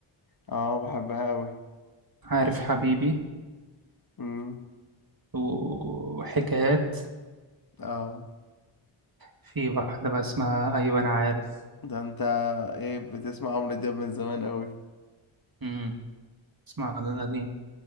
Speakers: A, on the left; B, on the right.
A: اه بحبها قوي
B: عارف حبيبي
A: امم
B: وحكايات
A: اه
B: في واحدة بقى اسمها أيوة أنا عارف
A: ده انت ايه بتسمع عمرو دياب من زمان قوي
B: امم اسمع ده القديم